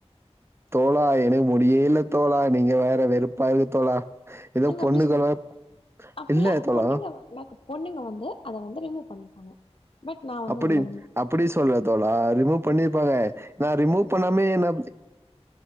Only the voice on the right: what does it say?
தோழா எனக்கு முடியேல்ல தோழா நீங்க வேற வெறுப்பா இருக்கு தோழா ஏதோ
பொண்ணுக்கெல்லாம்
இல்ல தோழா
அப்புடி
அப்புடி சொல்லல தோழா ரிமூ பண்ணிர்ப்பாங்க நா ரிமூ பண்ணாமே நா